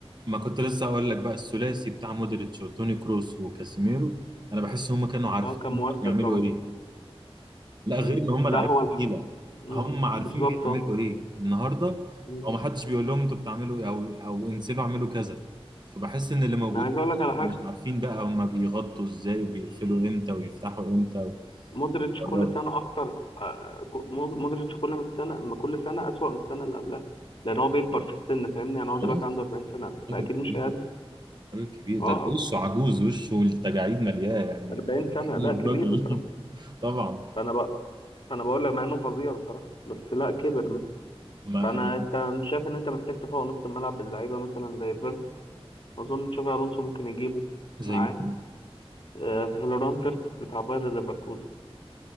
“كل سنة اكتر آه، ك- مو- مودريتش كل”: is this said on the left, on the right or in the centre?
Left